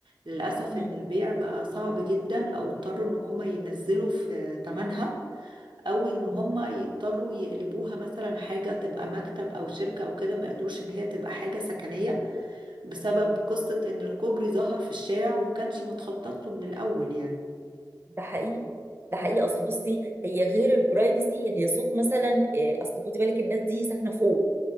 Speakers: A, on the right; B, on the right.
A: للاسف
B: مم.
A: ان البيع بقى صعب جدا او اضطروا ان هم ينزلوا في تمنها او ان هما
B: مم.
A: يضطروا يقلبوها مثلا حاجة تبقى مكتب او شركة او كده ما قدروش ان هي تبقى حاجة سكنية بسبب قصة ان الكوبري ظهر في الشارع وما كانش متخطط له من الاول يعني
B: ده حقيقي
A: مم.
B: ده حقيقي اصل بصي هي غير البرايفسي هي صوت مثلا آه، اصل خدي بالك الناس دي ساكنه فوق